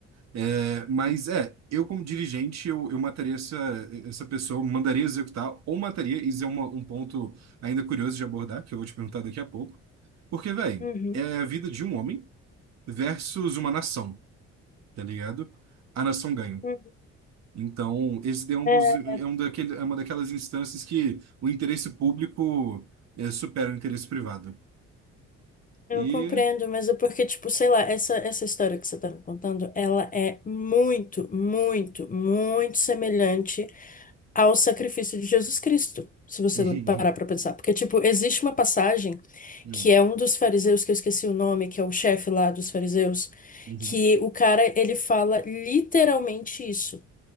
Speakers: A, on the right; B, on the left.
A: É, mas é, eu como dirigente, eu, eu mataria essa, essa pessoa, mandaria executar ou mataria, isso é uma- um ponto ainda curioso de abordar, que eu vou te perguntar daqui a pouco. Porque, velho,
B: Uhum.
A: é a vida de um homem versus uma nação, tá ligado? A nação ganha.
B: Uhum.
A: Então, esse é um
B: É,
A: dos, é um daquele, é uma daquelas instâncias que o interesse público é, supera o interesse privado.
B: eu
A: E...
B: compreendo, mas é porque, tipo, sei lá, essa, essa história que você tá me contando, ela é muito, muito, muito semelhante ao sacrifício de Jesus Cristo, se você
A: <laughs>
B: parar para pensar. Porque, tipo, existe uma passagem
A: Uhum,
B: que é um dos fariseus, que eu esqueci o nome, que é o chefe lá dos fariseus,
A: uhum,
B: que o cara, ele fala literalmente isso,